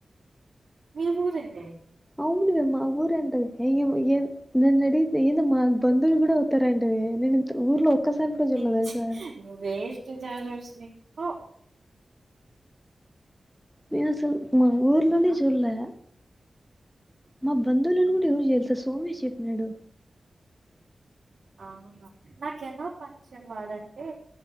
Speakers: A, on the right (about 65°); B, in the centre.
A: మీ ఊరు ఏ వే
B: అవునునువమ్ మా ఊరు అంటది ఏ ఏ న నాను అడిగితే మా బందువుల్ కూడా అవుతార అంటది నేను ఇ ఊర్లో ఒక్కసారి కూడా చూడలే
A: నువ్వు
B: తెలుసా
A: చి నువ్వు వేస్ట్ జయదర్శిని హ
B: నేనుఅసలు మా ఊర్లోనే
A: ఆ
B: చూల్లే మా బంధవులను
A: ఉమ్,
B: కూడా ఎవరు చేల్లుస్త ఫోన్ చేసి చెప్పినాడు
A: ఆవన నాకెలా పరిచయం వాడంటే